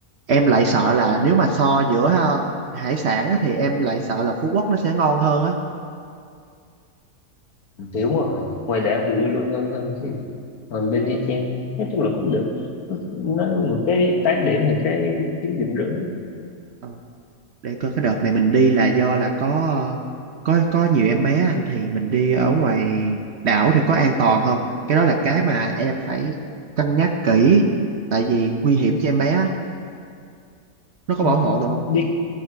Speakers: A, on the right; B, on the left.
A: em lại sợ là nếu mà so giữa ha, hải sản á, thì em lại sợ là Phú Quốc nó sẽ ngon hơn
B: thì đúng rồi ngoài đảo thì luôn luôn ngon hơn chứ còn bên Nha Trang nói chung là cũng được nó một cái 8 điểm thì cái 9 điểm rưỡi
A: á để coi cái đợt này mình đi là do là có có có nhiều em bé anh thì mình đi ở ngoài đảo thì có an toàn không cái đó là cái mà em phải cân nhắc kỹ tại vì nguy hiểm cho em bé á. nó có
B: Ừ,
A: bảo hộ được không
B: đi